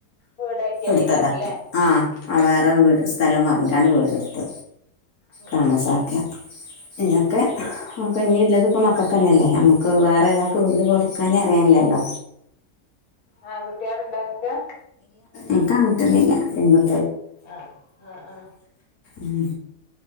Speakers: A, on the left (about 35°); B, on the left (about 65°).
A: വീടാക്കിയതേക്കാരല്ലേ
B: എടുത്തതാ ആ വേറെ
A: ആഹ്
B: വീട് സ്ഥലം വാങ്ങി <unintelligible> വീട്.
A: ഉം
B: താമസാക്കുക.
A: ഉം
B: ഇങ്ങക്ക്
A: ആഹ്
B: <unintelligible>
A: ആഹ്
B: മക്കകന്നല്ലെ നമ്മക്ക് <unintelligible> വേറൊരാൾക്ക് വീട് കൊടുക്കാനേ അറിയണില്ലല്ലോ
A: ആ കുട്ടികൾണ്ടോ ങ്ങക്ക്
B: ഇൻക്ക് ആൺകുട്ടിയാള് ഇല്ല പെൺകു
A: അ ആ ആ
B: ഉം